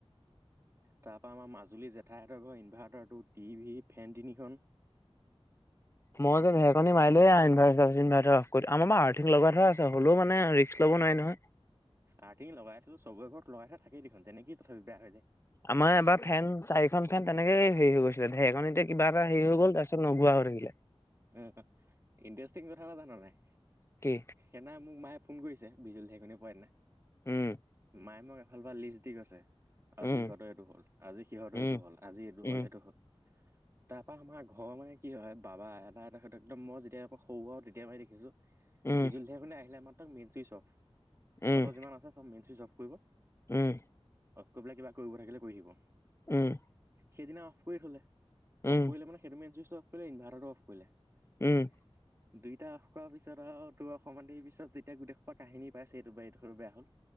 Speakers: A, on the right; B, on the left.
A: তাৰপৰা আমাৰ মাজুলীৰ জেঠাইঠৰ ঘৰ ইনভাৰ্টাৰটো, টিভি, ফেন তিনিখন
B: মই যে ঢেৰেকণি মাৰিলে ইনভাৰ্টাৰ চিইনভাৰটাৰ অফ কৰি দিওঁ, আমাৰ আৰ্থিং লগা থোৱা আছে হ'লেও মানে ৰিক্স ল'ব নোৱাৰি নহয়।
A: আৰ্থিং লগাই থলো চবৰে ঘৰত লগাই থাকেই দেখোন, তেনেকেই তথাপি বেয়া হৈ যায়।
B: আমাৰ এইবাৰ ফেন চাৰিখন ফেন তেনেকেই হেৰি হৈ গৈছিলে, ঢেৰকণিতে কিবা এটা হেৰি হৈ গল তাৰপিছত নোঘুৱা হৈ থাকিলে।
A: উম, ইণ্টাৰেষ্টিং কথাতেওঁ জান নাই?
B: কি?
A: সেইদিনা মোক মায়ে ফোন কৰিছে বিজুলী ঢেইকণিৰ পোৱা দিনা।
B: উম।
A: মায়ে মোক এফালফাল লিষ্ট দি কৈছে। আজি
B: উম
A: সিহঁতৰ এইটো হ'ল, আজি সিহঁতৰ
B: উম,
A: এইটো হ'ল আজি এইটো
B: উম,
A: হ'ল এইটো হ'ল। তাৰপা আমাৰ ঘৰ মানে কি হয় বাবাই মাৰে তাৰ পিছত একদম মই যেতিয়া পৰা সৰুৱওঁ তেতিয়া পৰাই দেখিছোঁ,
B: উম,
A: বিজুলী ঢেৰেকণি আহিলে আমাৰ তাক মেনচুইচ অফ
B: উম,
A: য'তৰ যিমান আছে চব মেনচই অফ কৰিব।
B: উম।
A: অফ কৰিব কিবা কৰিব থাকিলে কৰি দিব।
B: উম
A: সেইদিনা অফ কৰি থলে,
B: উম,
A: অফ কৰিলে মানে সেইটো মেইন চুইচ অফ কৰিলে ইনভাৰটাৰটো অফ কৰিলে।
B: উম
A: <unintelligible> দুইটা অফ কৰাৰ পিছত আৰু তোৰ অকন মান দেৰি পিছত যেতিয়া গোটেই সোপা কাহিনী পাইছেহি এইটো বাই এইটো দুখৰ বেয়া হ'ল।